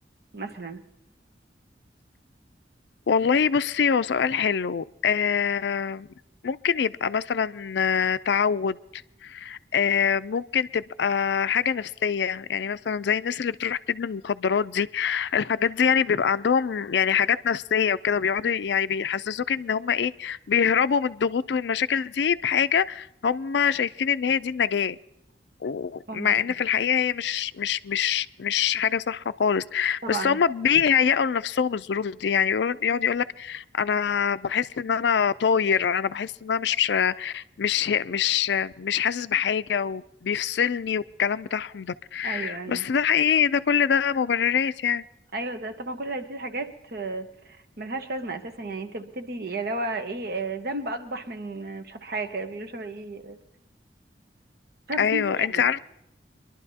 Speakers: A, on the right (about 60°); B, on the left (about 70°).
A: مثلا
B: والله بصي هو سؤال حلو آه ممكن يبقى مثلا آه، تعود آه ممكن تبقى حاجة نفسية يعني مثلا زي الناس اللي بتروح تدمن مخدرات دي الحاجات دي يعني بيبقى عندهم يعني حاجات نفسية وكده بيقعدوا يعني بيحسسوك ان هما ايه بيهربوا من الضغوط والمشاكل دي بحاجة هما شايفين ان هي دي النجاة ومع
A: ممكن
B: ان في الحقيقه هي مش مش مش مش حاجه صح خالص
A: طبعا
B: بس هما بيهيئوا لنفسهم الظروف دي يعني يقول- يقعد يقول لك انا بحس ان انا طاير انا بحس ان انا مش مش مش مش حاسس بحاجه وبيفصلني والكلام بتاعهم ده
A: ايوه ايوه
B: بس ده حقيقي ده كل ده مبررات يعني
A: ايوه ده طبعا كل دي الحاجات آه، ملهاش لازمه اساسا يعني انت بتدي يا لو ايه آه، ذنب اقبح من آه، مش عارف حاجه بيقولوا شبه ايه آه، مش عارفه
B: ايوه
A: اسمها ايه
B: انت
A: يعني
B: عارف